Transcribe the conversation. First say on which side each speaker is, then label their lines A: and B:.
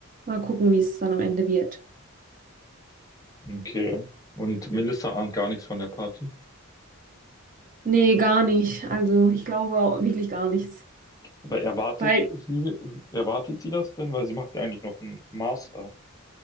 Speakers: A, on the right; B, on the left.
A: Mal gucken, wie es dann am Ende wird.
B: okay. Und Melissa ahnt gar nichts von der Party.
A: Nee, gar nicht. Also ich glaube auch wirklich gar nichts.
B: Aber erwartet
A: Weil,
B: sie, erwartet sie das denn? Weil sie macht ja eigentlich noch einen Master.